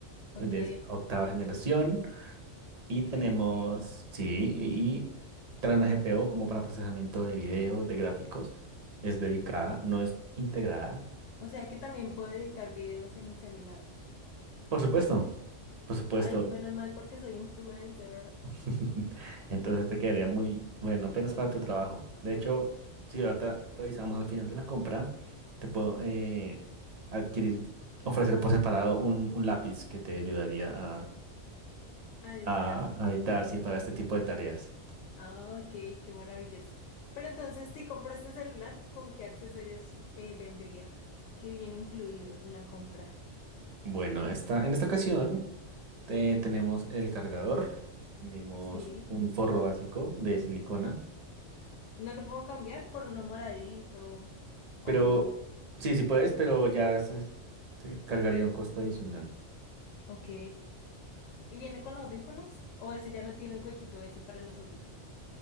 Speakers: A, on the right; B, on the left.
A: eh,
B: Ok,
A: de octava generación. Y
B: ok,
A: tenemos,
B: ok.
A: sí, y, y trae una GPU como para procesamiento de video, de gráficos. Es dedicada, no es integrada.
B: O sea que también puedo editar videos en el celular.
A: Por supuesto, por supuesto,
B: Ay, menos mal porque soy influencer.
A: <laughs> Entonces te quedaría muy bueno, apenas para tu trabajo. De hecho, si ahorita revisamos al final de la compra, te puedo eh, adquirir, ofrecer por separado un, un lápiz que te ayudaría a,
B: A editar.
A: a, a editar, sí, para este tipo de tareas.
B: Ah, ok, qué maravilloso. Pero entonces, si compro este celular, ¿con qué accesorios eh, vendría? ¿Qué viene incluido en la compra?
A: Bueno, esta, en esta ocasión eh, tenemos el cargador, tenemos
B: Sí.
A: un forro básico de silicona,
B: ¿No lo puedo cambiar por uno moradito o
A: pero
B: uno? que-
A: sí, sí puedes, pero ya se- te cargaría un costo adicional.
B: Ok. ¿Y viene con audífonos? ¿O ese ya no tiene el huequito ese para los audífonos?